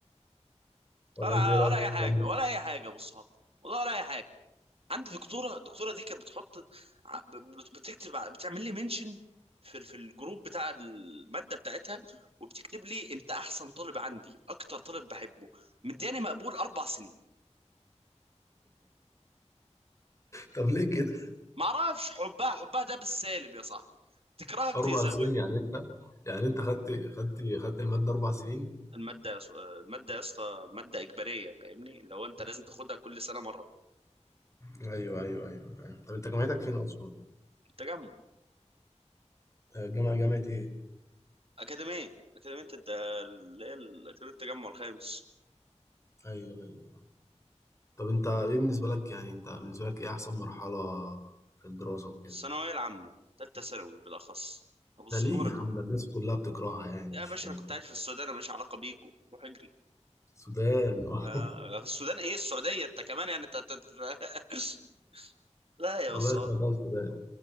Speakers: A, on the left; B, on the right.
A: ولا
B: ولا
A: انت ايه رايك
B: ولا اي
A: في الكلام
B: حاجه
A: ده
B: ولا
A: <laughs>
B: اي حاجه يا ابو الصحاب والله ولا اي حاجه عندي دكتوره الدكتوره دي كانت بتحط ع- بت- بتكتب ع- بتعمل لي منشن في ال- في الجروب بتاع الماده بتاعتها وبتكتب لي انت احسن طالب عندي اكتر طالب بحبه مدياني مقبول اربع سنين
A: طب ليه كده؟
B: ما اعرفش حبها حبها ده بالسالب يا صاحبي تكرهك
A: اربع
B: تزودها
A: سنين يعني انت يعني انت خدت خدت خدت الماده اربع سنين
B: الماده يا سو- الماده يا اسطى ماده اجباريه فاهمني لو انت لازم تاخدها كل سنه مره
A: ايوه ايوه ايوه فاهم طب انت جامعتك فين اصلا
B: تجمع
A: آه، جامعه جامعه ايه
B: أكاديمية أكاديمية الد- اللي هي ال- أكاديمية التجمع الخامس
A: <clears throat> ايوه ايوه طب انت ايه بالنسبة لك يعني انت بالنسبة لك ايه احسن مرحلة في الدراسة وكده
B: الثانوية العامة تالتة ثانوي بالأخص أبو صحابك
A: ده ليه يا عم ده الناس كلها بتكرهها يعني
B: يا
A: مش
B: باشا
A: فاهم
B: أنا كنت عايش في السودان أنا ماليش علاقة بيكو روح اجري
A: السودان <laughs> آه.
B: آه في السودان إيه السعودية أنت كمان يعني أنت أنت- <laughs> لا يا
A: والله
B: أستاذ
A: اسمها خالص السودان